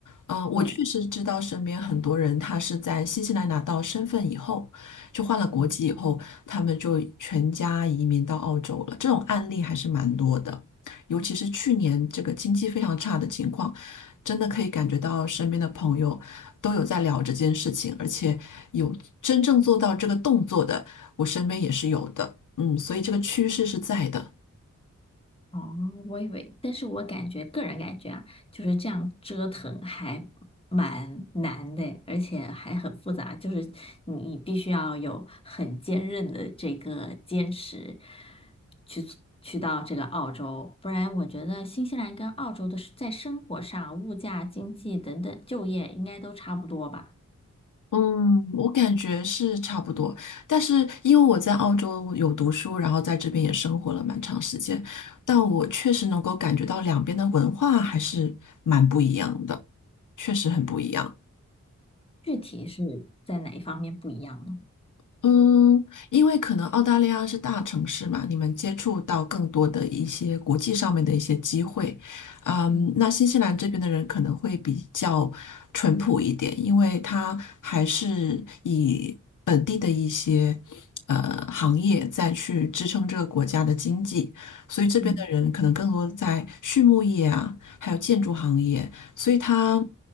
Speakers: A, on the left (about 80°); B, on the left (about 20°).
A: 嗯，我确实知道身边很多人，
B: 对。
A: 他是在新西兰拿到身份以后，就换了国籍以后，
B: 嗯。
A: 他们就全家移民到澳洲了。这种案例还是蛮多的，尤其是去年这个经济非常差的情况。真的可以感觉到身边的朋友都有在聊这件事情，而且有真正做到这个动作的，我身边也是有的。嗯，所以这个趋势是在的。
B: 哦，我以为，但是我感觉个人感觉啊，就是这样折腾还蛮难的，而且还很复杂，就是你必须要有很坚韧的这个坚持去去到这个澳洲，不然我觉得新西兰跟澳洲的是在生活上、物价、经济等等、就业应该都差不多吧？
A: 嗯，我感觉是差不多，但是因为我在澳洲有读书，然后在这边也生活了蛮长时间，但我确实能够感觉到两边的文化还是蛮不一样的，确实很不一样。
B: 具体是在哪一方面不一样呢？
A: 嗯，因为可能澳大利亚是大城市嘛，你们接触到更多的一些国际上面的一些机会。嗯，
B: 嗯
A: 那新西兰这边的人可能会比较淳朴一点，因为他还是以本地的一些呃行业再去支撑这个国家的经济，所以这边的人可能更多在畜牧业啊，
B: 嗯
A: 还有建筑行业。所以他